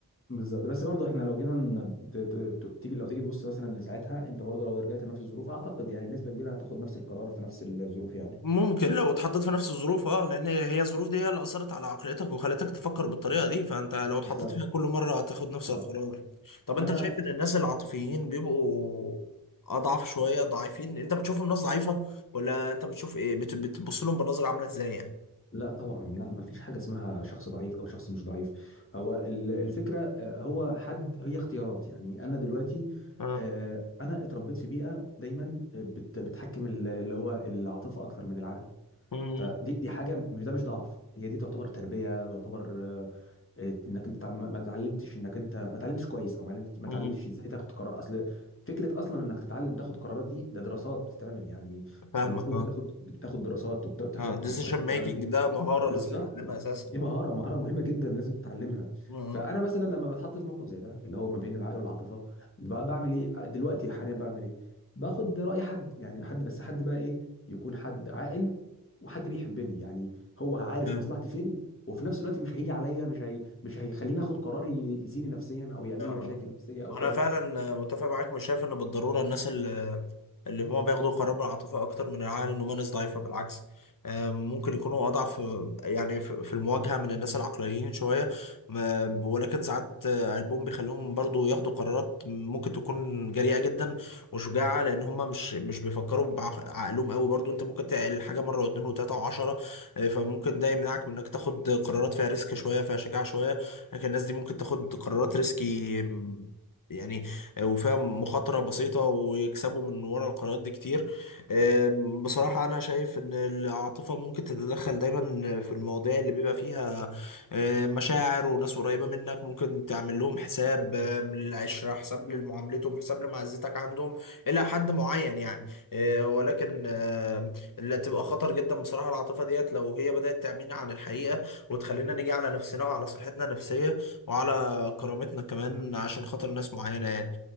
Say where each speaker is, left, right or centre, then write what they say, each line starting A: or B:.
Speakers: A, on the left (about 35°); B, on the left (about 60°).
A: بالظبط بس برضه احنا لو جينا ن- ت- ت- ت- تيجي لو تيجي تبص مثلا لساعتها انت برضه لو رجعت لنفس الظروف اعتقد يعني بنسبه كبيره هتاخد نفس القرار في نفس الظروف يعني
B: ممكن لو اتحطيت في نفس الظروف اه لان هي الظروف دي هي اللي اثرت على عقليتك وخلتك تفكر بالطريقه دي فانت لو
A: بالظبط
B: اتحطيت فيها كل مره هتاخد نفس
A: اه
B: القرار طب
A: فانا
B: انت شايف ان الناس العاطفيين بيبقوا اضعف شويه ضعيفين انت بتشوفهم ناس ضعيفه ولا انت بتشوف ايه بت- بتبص لهم بنظره عامله ازاي يعني
A: لا طبعا لا ما فيش حاجه اسمها شخص ضعيف او شخص مش ضعيف هو ال- الفكره آه، هو حد هي اختيارات يعني انا دلوقتي
B: اه
A: آه، انا اتربيت في بيئه دايما آه، بت- بتحكم ال- اللي هو العاطفه اكتر من العقل
B: امم
A: فدي دي حاجه مش ده مش ضعف هي دي تعتبر تربيه تعتبر آه، آه، انك انت تع- ما ما اتعلمتش انك انت ما اتعلمتش كويس او ما علمت- ما
B: امم
A: اتعلمتش ازاي تاخد قرار اصل فكره اصلا انك تتعلم تاخد قرارات دي ده دراسات بتتعمل يعني انت
B: فاهمك
A: المفروض
B: اه
A: بتاخد بتاخد دراسات وبتحضر
B: اه ديسيشن
A: كورسات وكلام
B: ميكنج
A: من ده
B: ده مهاره
A: بالظبط
B: لازم تتعلمها اساسا
A: دي مهارة مهارة مهمة جدا لازم تتعلمها
B: امم
A: فأنا مثلا لما بتحط في موقف زي ده اللي هو ما بين العقل والعاطفة بقى بعمل إيه دلوقتي حاليا بعمل إيه باخد رأي حد يعني حد بس حد بقى إيه يكون حد عاقل وحد بيحبني يعني هو عارف
B: امم
A: مصلحتي فين وفي نفس الوقت مش هيجي عليا مش هي... مش هيخليني آخد قرار يأذيني نفسيا أو يعمل
B: آه.
A: لي مشاكل نفسية أو
B: انا
A: كده
B: فعلا متفق معاك مش شايف ان بالضروره الناس اللي اللي هم بياخدوا قرار بالعاطفه اكتر من العقل ان هم ناس ضعيفه بالعكس آه، ممكن يكونوا اضعف آه، يعني في في المواجهه من الناس العقلانيين شويه ما- ولكن ساعات آه، قلبهم بيخليهم برضو ياخدوا قرارات ممكن تكون جريئه جدا وشجاعه لان هم مش مش بيفكروا بعقلهم قوي برضو انت ممكن تعقل حاجه مره واثنين وثلاثه وعشره آه، فممكن ده يمنعك من انك تاخد قرارات فيها ريسك شويه فيها شجاعه شويه لكن الناس دي ممكن تاخد قرارات ريسكي م- يعني وفيها مخاطرة بسيطة ويكسبوا من ورا القرارات دي كتير أم، بصراحة أنا شايف إن العاطفة ممكن تتدخل دايما في المواضيع اللي بيبقى فيها أم، مشاعر وناس قريبة منك ممكن تعمل لهم حساب أم، للعشرة حساب لمعاملتهم حساب لمعزتك عندهم إلى حد معين يعني أه، ولكن أم، اللي تبقى خطر جدا بصراحة العاطفة ديت لو هي بدأت تعمينا عن الحقيقة وتخلينا نيجي على نفسنا وعلى صحتنا النفسية وعلى كرامتنا كمان عشان خاطر ناس معينة يعني